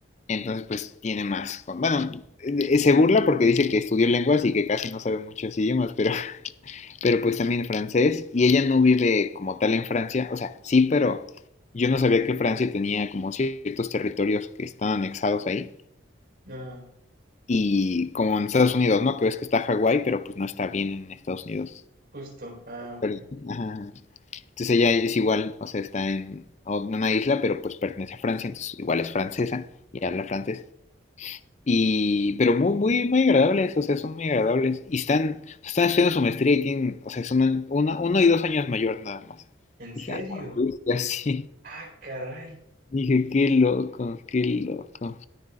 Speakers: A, on the left; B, on the right.
A: entonces pues tiene más, con- bueno, eh, se burla porque dice que estudió lenguas y que casi no sabe muchos idiomas, pero, <laughs> pero pues también francés y ella no vive como tal en Francia, o sea, sí, pero yo no sabía que Francia tenía como ciertos territorios que están anexados ahí.
B: Ah,
A: Y como en Estados Unidos, ¿no? Que ves que está Hawái, pero pues no está bien en Estados Unidos.
B: justo. Ah, ok.
A: Pero-
B: ok.
A: ajá. Entonces ella es igual, o sea, está en o- en una isla, pero pues pertenece a Francia, entonces igual es francesa y habla francés. Y, pero muy, muy, muy agradables, o sea, son muy agradables. Y están, están estudiando su maestría y tienen, o sea, son un- una- uno y dos años mayor nada más.
B: ¿En
A: Dije,
B: serio?
A: "A la bestia, <laughs> sí".
B: Ah, caray.
A: Dije, qué loco, qué loco.